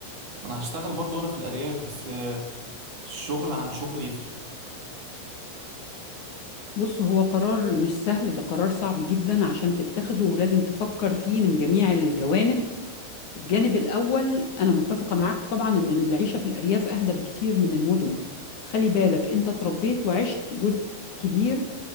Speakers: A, on the right; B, on the left.
A: ما أنا هشتغل برضو وأنا في الأرياف بس الشغل عن شغل يفرق
B: بص هو قرار مش سهل ده قرار صعب جدا عشان تتخذه ولازم تفكر فيه من جميع الجوانب الجانب الأول أنا متفقة معاك طبعا إن العيشة في الأرياف أهدى بكتير من المدن بس خلي بالك أنت اتربيت وعشت جزء كبير